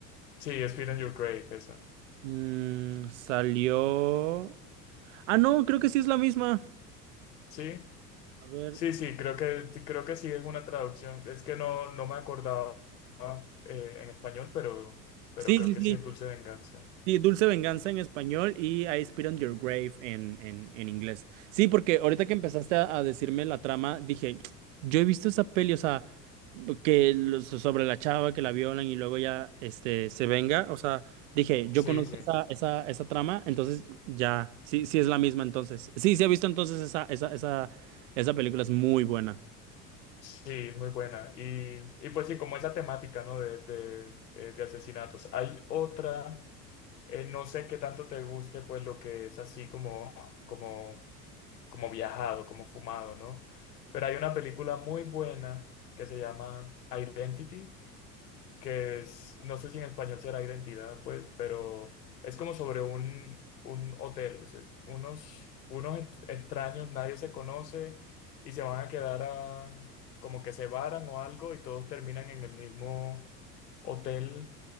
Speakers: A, on the left (about 80°); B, on the right (about 50°).
A: Sí, spit on your grave, esa.
B: Mm, salió... Ah, no, creo que sí es la misma.
A: Sí,
B: A ver,
A: sí, sí, creo que, creo que sí es una traducción. Es que no, no me acordaba eh, en español, pero, pero
B: sí,
A: creo que
B: sí, sí.
A: sí es dulce venganza.
B: Sí, Dulce Venganza en español y I Spit on Your Grave en, en, en inglés. Sí, porque ahorita que empezaste a, a decirme la trama, dije, yo he visto esa peli, o sea, que los- sobre la chava que la violan y luego ya este, se venga, o sea, dije, yo
A: Sí,
B: conozco
A: sí.
B: esa, esa, esa trama, entonces ya, sí, sí es la misma entonces. Sí, sí he visto entonces esa, esa, esa, esa película es muy buena.
A: Sí, es muy buena. Y, y pues sí, como esa temática, ¿no? De, de, eh, de asesinatos. Hay otra, eh, no sé qué tanto te guste, pues lo que es así como, como, como viajado, como fumado, ¿no? Pero hay una película muy buena que se llama Identity que es, no sé si en español será identidad, pues, pero es como sobre un, un hotel, o sea, unos, unos ex- extraños, nadie se conoce y se van a quedar a, como que se varan o algo y todos terminan en el mismo hotel